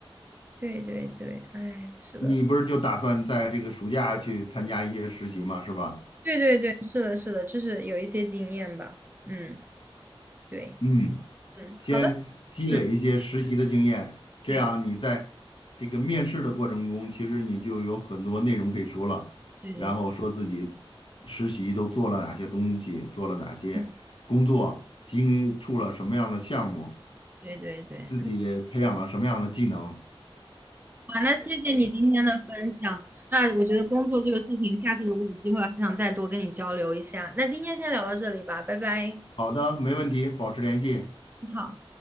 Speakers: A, on the right; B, on the left.
A: 对对对，哎，是的。
B: 你不是就打算在这个暑假去参加一些实习吗？是吧？
A: 对对对，是的，是的，就是有一些经验吧。嗯，对，
B: 嗯。
A: 嗯，
B: 先积累一些实习的经验，
A: 好的，嗯，
B: 这样你在这个面试的过程中，
A: 对
B: 其实你就有很多内容可以说了，
A: 对对，
B: 然后说自己实习都做了哪些东西，做了哪些工作，
A: 嗯，
B: 经触了什么样的项目，
A: 对对对，
B: 自己培养了什么样的技能。
A: 嗯好，那谢谢你今天的分享。那我觉得工作这个事情，下次如果有机会，还想再多跟你交流一下。那今天先聊到这里吧，拜拜。
B: 好的，没问题，保持联系。
A: 好。